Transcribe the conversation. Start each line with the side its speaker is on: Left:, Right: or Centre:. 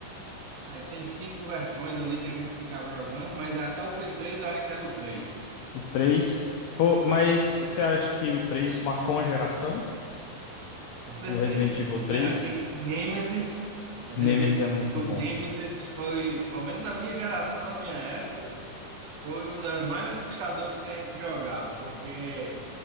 Right: aí tem cinco versões ali que a gente ficava jogando, mas até o Play 3 eu acho que era o 3.
Left: O 3? Foi- mas você acha que o 3 marcou uma geração?
Right: Com certeza.
Left: O Resident Evil 3?
Right: Aquele Nemesis, né,
Left: Nemesis
Right: Resident
Left: é muito
Right: Evil
Left: bom.
Right: Nemesis foi, pelo menos na minha geração, na minha época, foi um das mais assustadoras que a gente jogava, porque